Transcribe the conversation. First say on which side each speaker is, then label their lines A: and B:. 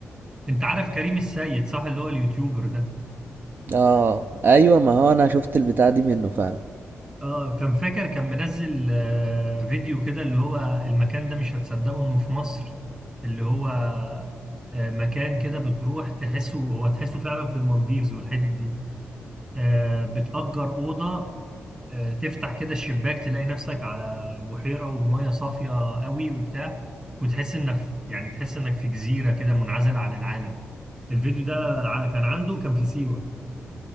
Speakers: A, on the right (about 20°); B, on the right (about 45°).
A: انت عارف كريم السيد صح اللي هو اليوتيوبر ده
B: اه ايوه ما هو انا شفت البتاع دي منه فعلا
A: اه كان فاكر كان منزل آه، فيديو كده اللي هو المكان ده مش هتصدقه انه في مصر اللي هو آه، مكان كده بتروح تحسه هو تحسه فعلا في المالديفز والحتت دي آه، بتأجر أوضة آه، تفتح كده الشباك تلاقي نفسك على بحيرة ومية صافية قوي وبتاع وتحس انك يعني تحس انك في جزيرة كده منعزل عن العالم الفيديو ده ع- كان عنده كان في سيوة